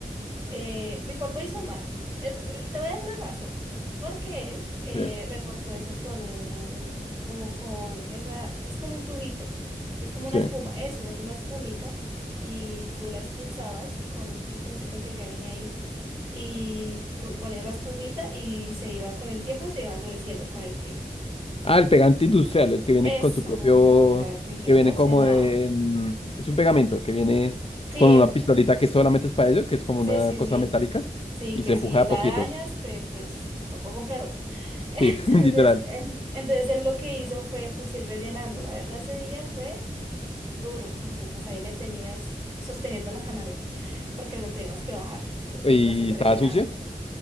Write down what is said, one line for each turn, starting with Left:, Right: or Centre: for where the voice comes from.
Right: eh, mi papá hizo mal. Es- es- te voy a dar la razón. Porque él eh,
Left: Sí,
Right: reforzó eso con un, como con esa, es con un tubito. Es como una
Left: sí.
Right: espuma. Eso, era una espumita. Y tú la expulsabas con un pistoncito que ya viene ahí. Y pu- ponías la espumita y se iba con el tiempo, se iba endureciendo con el frío.
Left: Ah, el pegante industrial, el que viene
Right: Esa
Left: con su propio,
Right: monda, mira que yo
Left: que viene
Right: no sé
Left: como
Right: nada.
Left: en- es un pegamento que viene
Right: Sí,
Left: con
Right: em,
Left: una pistolita que solamente es para ello, que es como
Right: Sí,
Left: una
Right: sí,
Left: cosa
Right: sí.
Left: metálica
Right: Sí,
Left: y
Right: que
Left: se
Right: si
Left: empuja
Right: la
Left: a poquitos.
Right: dañas, te pues tocó comprar otra. <laughs> Entonces,
Left: Sí, <laughs> literal.
Right: em, entonces él lo que hizo fue pues ir rellenando. La verdad ese día fue duro, porque pues ahí me tenías sosteniendo la canaleta, porque la teníamos que bajar mientras
Left: Y
Right: él rellenaba.
Left: estaba sucia.